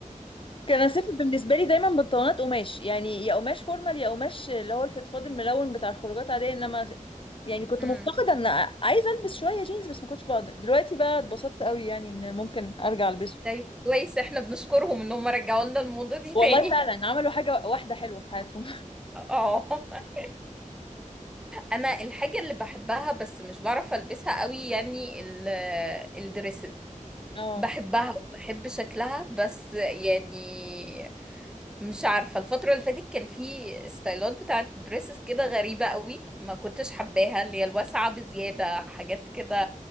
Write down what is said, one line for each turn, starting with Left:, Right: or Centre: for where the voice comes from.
Left: كان الصيف بالنسبه لي دايما بنطلونات قماش يعني يا قماش فورمال يا قماش اللي هو الفضفاض الملون بتاع الخروجات عاديه انما يعني كنت
Centre: مم.
Left: مفتقده ان عايزه البس شويه جينز بس ما كنتش بقدر دلوقتي بقى اتبسطت قوي يعني ان ممكن ارجع البسه
Centre: طيب كويس احنا بنشكرهم انهم رجعوا لنا الموضة دي
Left: والله
Centre: تاني
Left: فعلا عملوا حاجه واحده حلوه في حياتهم
Centre: اه <laughs> انا الحاجة اللي بحبها بس مش بعرف البسها قوي يعني ال- الدريسز
Left: <laughs> اه
Centre: بحبها وبحب شكلها بس يعني مش عارفة الفترة اللي فاتت كان في ستايلات بتاعت دريسز كده غريبة قوي ما كنتش حباها اللي هي الواسعة بزيادة حاجات كده